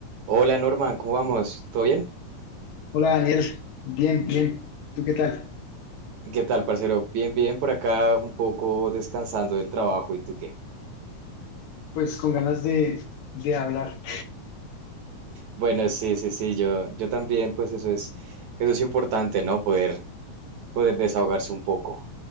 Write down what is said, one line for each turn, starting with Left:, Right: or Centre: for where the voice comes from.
Right: Hola Norman, ¿cómo vamos? ¿Todo bien?
Left: Hola Daniel, bien, bien. ¿Tú qué tal?
Right: ¿Qué tal, parcero? Bien, bien, por acá un poco descansando del trabajo, ¿y tú qué?
Left: Pues con ganas de, de hablar.
Right: Bueno, sí, sí, sí, yo, yo también, pues eso es, eso es importante, ¿no? Poder, poder desahogarse un poco.